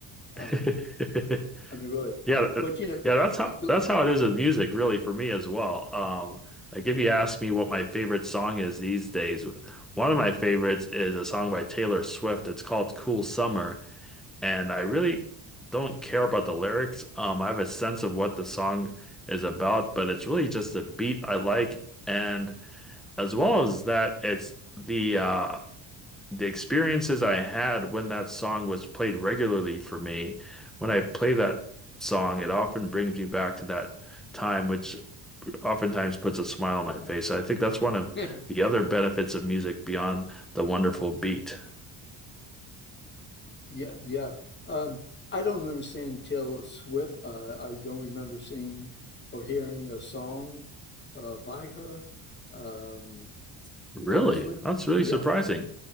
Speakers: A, on the left; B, in the centre.
A: Uh,
B: it. <laughs>
A: I mean, really,
B: Yeah, th-
A: but you know,
B: yeah, that's how
A: you go-
B: that's how it is with music, really, for me as well. Um, like if you ask me what my favorite song is these days, one of my favorites is a song by Taylor Swift. It's called Cool Summer. and I really don't care about the lyrics. Um, I have a sense of what the song is about, but it's really just a beat I like, and as well as that, it's the uh, the experiences I had when that song was played regularly for me. When I play that song, it often brings me back to that time, which oftentimes puts a smile on my face. I think that's one of
A: <laughs>
B: the other benefits of music beyond the wonderful beat.
A: yeah, yeah. Um, I don't understand Taylor Swift. Uh, I don't remember seeing or hearing a song uh, by her. Um,
B: Really?
A: honestly,
B: That's really
A: yeah,
B: surprising.